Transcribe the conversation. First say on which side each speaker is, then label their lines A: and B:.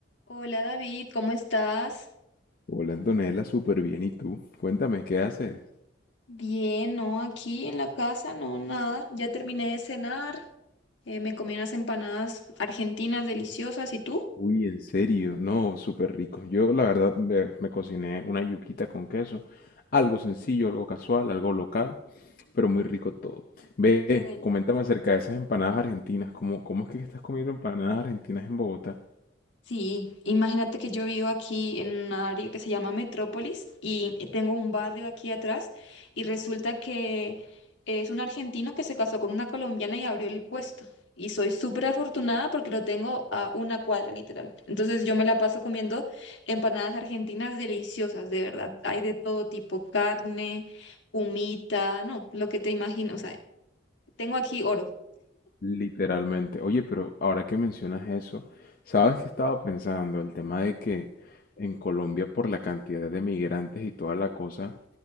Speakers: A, on the left; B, on the left.
A: Hola David, ¿cómo estás?
B: Hola Antonella, súper bien. ¿Y tú? Cuéntame, ¿qué haces?
A: Bien, no, aquí en la casa, no, nada. Ya terminé de cenar, eh, me comí unas empanadas argentinas deliciosas, ¿y tú?
B: Uy, en serio, no, súper rico. Yo la verdad me, me cociné una yuquita con queso. Algo sencillo, algo casual, algo local, pero muy rico todo. Ve,
A: Qué
B: coméntame acerca de esas empanadas argentinas. ¿Cómo, cómo es que estás comiendo empanadas argentinas en Bogotá?
A: Sí, imagínate que yo vivo aquí en una área que se llama Metrópolis y tengo un barrio aquí atrás y resulta que es un argentino que se casó con una colombiana y abrió el puesto. Y soy súper afortunada porque lo tengo a una cuadra, literal. Entonces yo me la paso comiendo empanadas argentinas deliciosas, de verdad. Hay de todo tipo, carne, humita, no, lo que te imagino. O sea, tengo aquí oro.
B: Literalmente. Oye, pero ahora que mencionas eso, ¿sabes qué estaba pensando? El tema de que en Colombia por la cantidad de migrantes y toda la cosa...